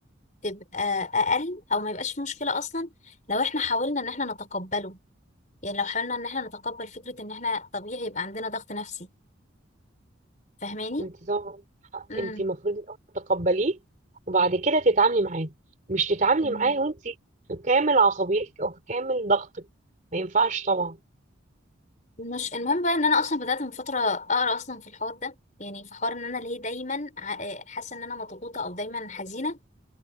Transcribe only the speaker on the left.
تبقى اقل او ما يبقاش في مشكله اصلا لو احنا حاولنا ان احنا نتقبله يعني لو حاولنا ان احنا نتقبل فكره ان احنا طبيعي يبقى عندنا ضغط نفسي فاهماني
امم
مم.
مش المهم بقى ان انا اصلا بدات من فتره اقرا اصلا في الحوار ده يعني في حوار ان انا ليه دايما ع- حاسه ان انا مضغوطه او دايما حزينه